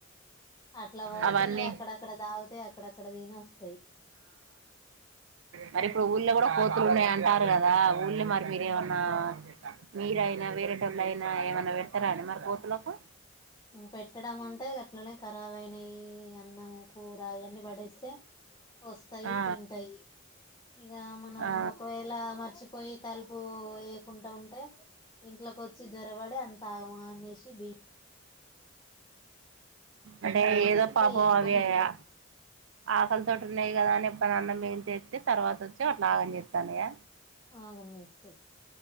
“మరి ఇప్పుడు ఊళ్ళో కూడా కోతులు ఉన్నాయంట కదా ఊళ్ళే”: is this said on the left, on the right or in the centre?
Right